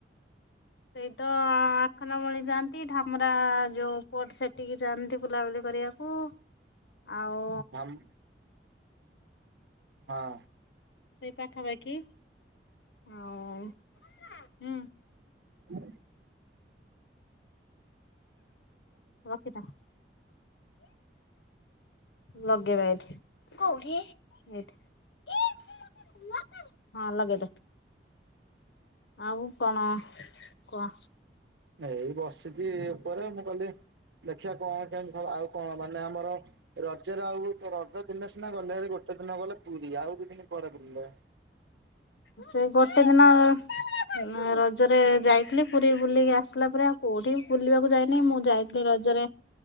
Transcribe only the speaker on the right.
ଧାମ ହଁ।
ହୁଁ।
ଏଇ ବସିଛି ଉପରେ ମୁଁ କହଲିି ଦେଖିବା କଣ କେମତି ଖାଇବା ଆଉ କଣ ମାନେ ଆମର ରଜରେ ଆଉ କେ ରଜ ଦିନେ ସିନା ଗଲେଭାରି ଗୋଟେ ଦିନ ଗଲ ପୁରୀ ଆଉ ଦି ଦିନି କୁଆଡେ ବୁଲିଲ?